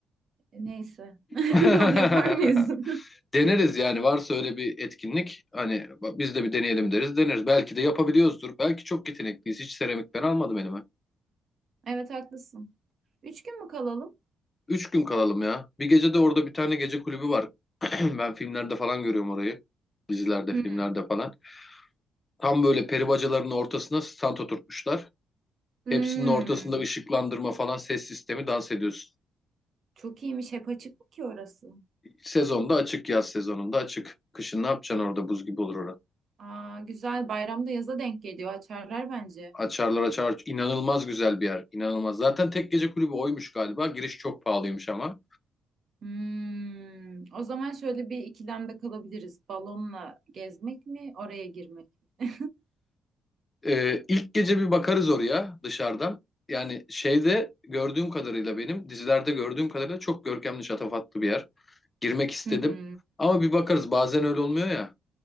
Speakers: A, on the right; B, on the left.
A: E, Neyse. <laughs>
B: <laughs>
A: Onu yapar mıyız? <laughs>
B: Deneriz yani varsa öyle bir etkinlik hani bak biz de bir deneyelim deriz deneriz. Belki de yapabiliyoruzdur. Belki çok yetenekliyiz. Hiç seramik ben almadım elime.
A: Evet haklısın. Üç gün mü kalalım?
B: Üç gün kalalım ya. Bir gece de orada bir tane gece kulübü var. <clears throat> Ben filmlerde falan görüyorum orayı. Dizilerde,
A: Hmm,
B: filmlerde falan. Tam böyle peri bacalarının ortasına stand oturtmuşlar.
A: hmm.
B: Hepsinin ortasında ışıklandırma falan ses sistemi dans ediyorsun.
A: Çok iyiymiş. Hep açık mı ki orası?
B: Sezonda açık, yaz sezonunda açık. Kışın ne yapacaksın orada buz gibi olur
A: Aa, güzel. Bayramda yaza denk geliyor. Açarlar bence.
B: Açarlar açarlar. İnanılmaz güzel bir yer. İnanılmaz. Zaten tek gece kulübü oymuş galiba. Giriş çok pahalıymış ama.
A: Hmm. O zaman şöyle bir ikilemde kalabiliriz. Balonla gezmek mi, oraya girmek mi?
B: Ee, ilk gece bir bakarız oraya dışarıdan. Yani şeyde gördüğüm kadarıyla benim dizilerde gördüğüm kadarıyla çok görkemli şatafatlı bir yer. Girmek istedim.
A: Hı hı.
B: Ama bir bakarız bazen öyle olmuyor ya.